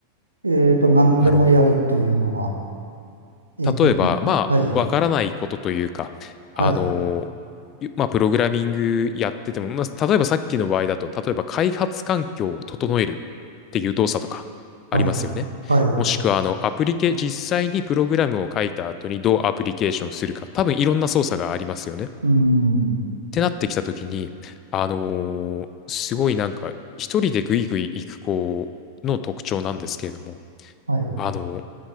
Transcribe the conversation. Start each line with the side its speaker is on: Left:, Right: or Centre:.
Right: えっと、何でもやるというのは、
Left: あの、
Right: えっと、
Left: 例えば、まあ、
Right: はい、
Left: わからないことというか、
Right: はい、
Left: あの、まあ、プログラミングやってても、まあ、例えばさっきの場合だと、例えば開発環境を整えるっていう動作とかありますよね。
Right: はい、はい、
Left: もしくは、あの、アプリケ、実際にプログラムを書いた後にどうアプリケーションするか、多分いろんな操作がありますよね。
Right: うん、
Left: てなってきたときに、あのーすごいなんか、一人でぐいぐい行く子の特徴なんですけれども、
Right: はい、
Left: あのー